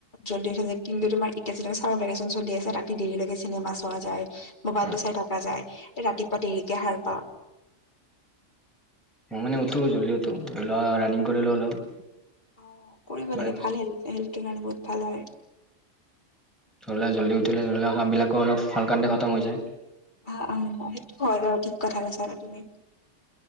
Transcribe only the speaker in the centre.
হয়
মই মানে, উঠো, জল্ডি উঠো। ধৰি লোৱা ৰানিং কৰিলোঁ অলপ।
মানে
ধৰি লোৱা, জল্ডি উঠিলে ধৰি লোৱা, কামবিলাকো অলপ <unintelligible> খটম হৈ যায়।